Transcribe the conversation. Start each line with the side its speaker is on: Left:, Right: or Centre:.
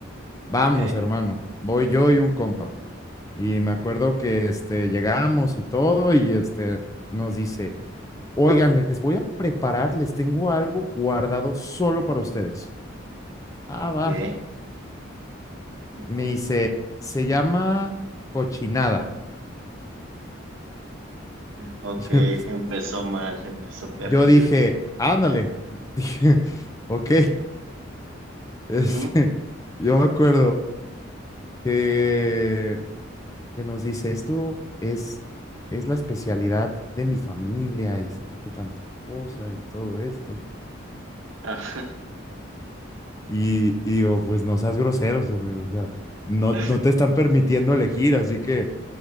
Right: Ok,
Left: Vamos, hermano, voy yo y un compa. Y me acuerdo que este llegamos y todo y este nos dice, oigan, les voy a preparar, les tengo algo guardado solo para ustedes. Ah, va.
Right: ok. ujú.
Left: Me dice, se llama cochinada.
Right: Ok,
Left: <laughs> Yo,
Right: empezó mal, empezó terrible.
Left: yo dije, ándale. <laughs> Dije, ok. Este,
Right: Ujú,
Left: yo me acuerdo que, que nos dice, esto es, es la especialidad de mi familia y sepa qué tanta cosa y todo esto.
Right: Ajá.
Left: Y, y digo, pues no seas groseros, amigo. O sea, no,
Right: <laughs>
Left: no te están permitiendo elegir, así que